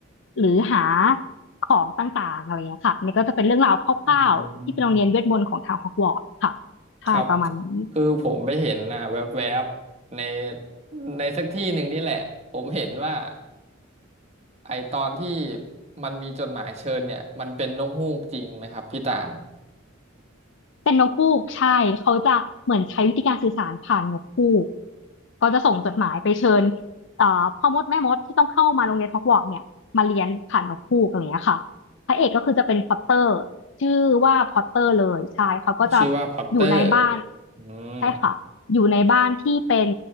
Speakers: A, on the left (about 65°); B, on the right (about 30°).
A: หรือหาของต่างๆอะไรอย่างเงี้ยค่ะมันก็จะเป็นเรื่องราวคร่าวๆที่เป็นโรงเรียนเวทมนต์ของทางฮอกวอตส์ค่ะ
B: อืม
A: ใช่ประมาณนี้
B: ครับคคือผมไปเห็นนะแวบๆในในสักที่หนึ่งนี่แหละผมเห็นว่าไอตอนที่มันมีจดหมายเชิญเนี่ยมันเป็นนกฮูกจริงไหมครับพี่ตาล
A: เป็นนกฮูกใช่เขาจะเหมือนใช้วิธีการสื่อสารผ่านนกฮูกก็จะส่งจดหมายไปเชิญเอ่อพ่อมดแม่มดที่ต้องเข้ามาโรงเรียนฮอกวอตส์เนี่ยมาเรียนผ่านนกฮูกอะไรอย่างเงี้ยค่ะพระเอกก็คือจะเป็นพอตเตอร์ชื่อว่าพอตเตอร์เลยใช่เขาก็จะ
B: อ๋อชื่อว่าพอตเตอร์
A: อยู่ในบ้าน
B: อืม
A: ใช่ค่ะอยู่ในบ้านที่เป็น